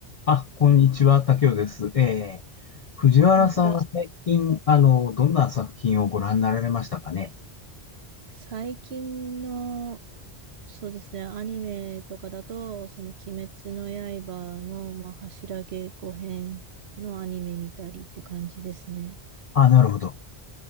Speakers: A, on the left; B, on the right.
A: あ、こんにちは、竹雄です。えー、藤原さんは最近、
B: こんにちは。
A: あの、どんな作品をご覧になられましたかね。
B: 最近の、そうですね、アニメとかだと、その鬼滅の刃の、まあ、柱稽古編のアニメ見たりって感じですね。
A: あ、なるほど。